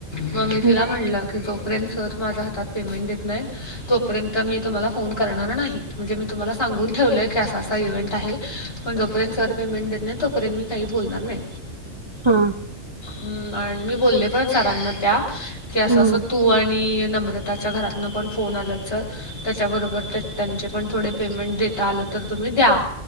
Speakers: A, on the left; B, on the right.
A: मग मी
B: हा
A: तिला म्हणलं की जो ते सर माझ्या हातात पेमेंट देत नाहीत. तोपर्यंत मी तुम्हाला फोन करणार नाही, म्हणजे मी तुम्हाला सांगून ठेवलंय की असा असा इव्हेंट आहे. पण जोपर्यंत सर पेमेंट देत नाही, तोपर्यंत मी काही बोलणार नाही.
B: हां.
A: हम्म, आणि मी बोलले पण सरांना त्या की असं-
B: हा
A: असं तू आणि नंब्र त्याच्या घरातून पण फोन आला सर. त्याच्याबरोबर त्यांचे पण थोडे पेमेंट देता आलं तर तुम्ही द्या.